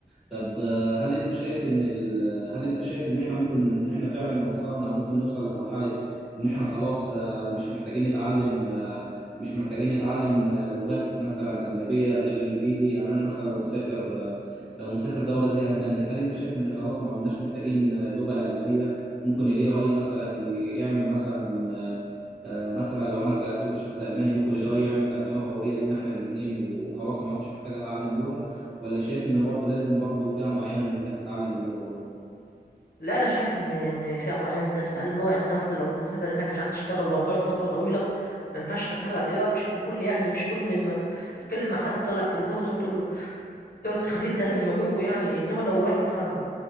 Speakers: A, in the centre; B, on the left.
A: طب آه، هل انت شايف ان ال- هل انت شايف ان احنا ممكن ان احنا فعلا وصلنا او ممكن نوصل لمرحلة ان احنا خلاص مش محتاجين نتعلم مش محتاجين نتعلم لغات مثلا أجنبية غير الإنجليزي يعني أنا مثلا لو مسافر لو مسافر دولة زي ألمانيا هل أنت شايف إن خلاص ما عدناش محتاجين اللغة الألمانية ممكن ال AI مثلا يعمل مثلا مثلا لو أنا قابلت شخص ألماني ممكن ال AI يعمل ترجمة فورية لينا إحنا الاتنين وخلاص ما عدتش محتاج أتعلم لغة ولا شايف إن برضو لازم برضو فئة معينة من الناس تتعلم اللغة برضو؟
B: لا انا شايف ان ان فئه معينه من الناس تتعلم لغه يعني انت مثلا لو مسافر هناك عشان تشتغل وهتقعد فتره طويله ما ينفعش تعتمد على الاي اي بشكل كلي يعني مش كل ما دي تتكلم مع حد تطلع التليفون وتقعد تقول له تقعد تخليه يترجم ما بينكم يعني انما لو رايح مثلا